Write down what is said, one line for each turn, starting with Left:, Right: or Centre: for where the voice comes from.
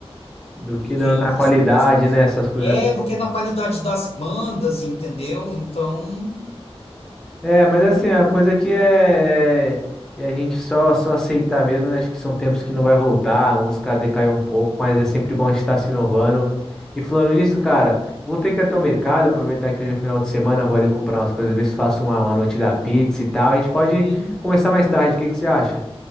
Centre: Do que
Left: do que
Centre: na,
Left: em
Centre: na
Left: outras
Centre: qualidade,
Left: coisas.
Centre: né? Essas coisas
Left: É,
Centre: todas.
Left: do que na qualidade das bandas, entendeu? Então.
Centre: É, mas assim, a coisa que é, é é a gente só, só aceitar mesmo, né? Acho que são tempos que não vai voltar, a música decaiu um pouco, mas é sempre bom estar se inovando. E falando nisso, cara, vou ter que ir até o mercado, aproveitar que hoje é final de semana, vou ali comprar umas coisas, ver se faço uma, uma noite da pizza e tal. A gente pode
Left: uhum.
Centre: começar mais tarde, o que que você acha?